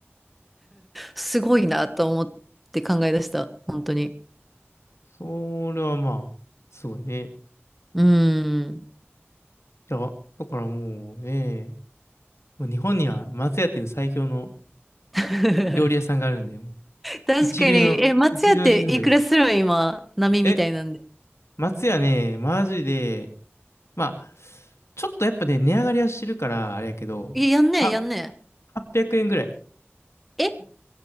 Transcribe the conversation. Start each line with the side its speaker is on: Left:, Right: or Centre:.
Centre: すごいなと思って考え出した、本当に。
Left: それはまあ、すごいね。
Centre: うん。
Left: いや、だからもうね、もう日本には松屋っていう最強の
Centre: <laughs>
Left: 料理屋さんがあるんで、
Centre: 確かに、
Left: 一流の、
Centre: え、松屋っていくらするん今、
Left: 一流のシェフが言う。
Centre: 波みたいなんで。
Left: え、松屋ね、マジで、まあ、ちょっとやっぱね、値上がりはしてるから、あれやけど、
Centre: え、やんねえ、
Left: は、
Centre: やんね
Left: 800円ぐらい。
Centre: え。え、